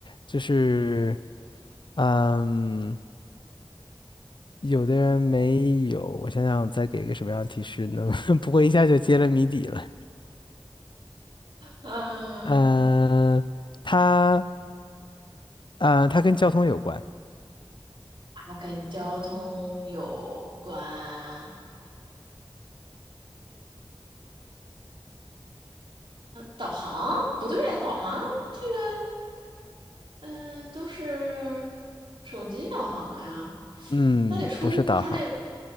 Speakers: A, on the left; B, on the right.
A: 就是嗯，有的人没有，我想想再给一个什么样的提示呢？<laughs> 不会一下就揭了谜底了。
B: 嗯，
A: 嗯，它。呃，它跟交通有关，
B: 它跟交通有关，啊，导航不对呀，导航。这个。嗯、都是手机导航呀，
A: 嗯，
B: 还得充，
A: 不是导航。
B: 还得